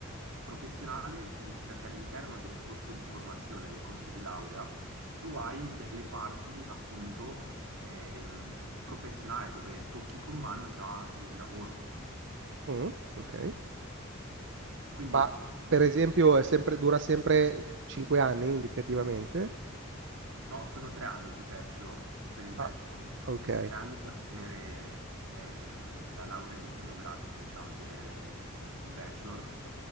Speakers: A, on the right (about 85°); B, on the right (about 60°).
A: Cioè, professionale significa che all'interno del corso di formazione, del corso di laurea, tu hai delle parti appunto ehm, professionali dove tocchi con mano già il lavoro.
B: Mm, ok.
A: Quindi
B: Ma
A: questa-
B: per esempio è sempre, dura sempre 5 anni indicativamente?
A: No, sono tre anni di bachelor, per il
B: Ah,
A: bachelor.
B: ok.
A: Tre anni per ottenere ehm, la laurea di primo grado, diciamo, di- eh, il bachelor.